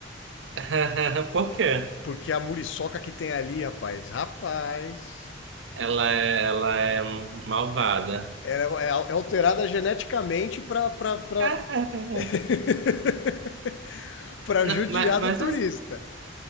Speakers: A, on the right; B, on the left.
A: <laughs> Por quê?
B: Porque a muriçoca que tem ali, rapaz, rapaz.
A: Ela é, ela é malvada.
B: Ela é, é alterada geneticamente pra, pra, pra...
A: <laughs>
B: <laughs> pra
A: Não,
B: judiar
A: mas, mas,
B: do turista.
A: as-